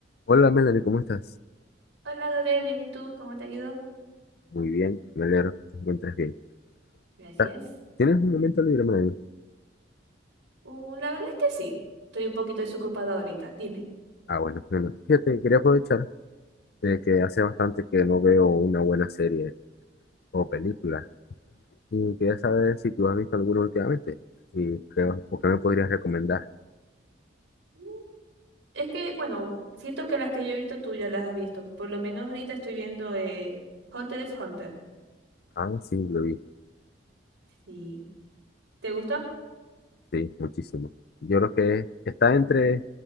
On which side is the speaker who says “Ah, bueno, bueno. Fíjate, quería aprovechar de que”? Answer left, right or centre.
Left